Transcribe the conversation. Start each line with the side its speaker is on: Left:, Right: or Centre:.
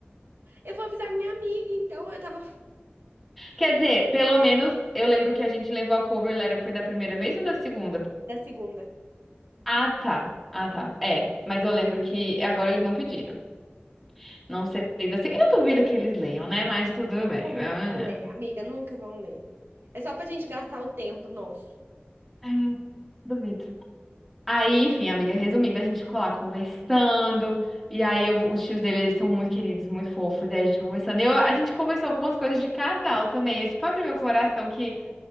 Right: Eu vou avisar minha amiga, então. Eu tava.
Centre: Quer dizer, pelo menos eu lembro que a gente levou a cover letter, foi da primeira vez ou da segunda?
Right: Da segunda.
Centre: Ah, tá. Ah, tá. É, mas eu lembro que agora eles não pediram. Não sei da segunda. Eu duvido que eles leiam, né? Mas tudo bem.
Right: Nunca
Centre: Vamos
Right: vão
Centre: lá.
Right: ler, amiga, nunca vão ler. É só pra gente gastar o tempo nosso.
Centre: Ah, Duvido. Aí, enfim, amiga, resumindo, a gente ficou lá conversando, e aí eu- os tios dele, eles são muito queridos, muito fofos, e a gente conversando. Eu, a gente conversou algumas coisas de casal também. Eu, tipo, abri meu coração que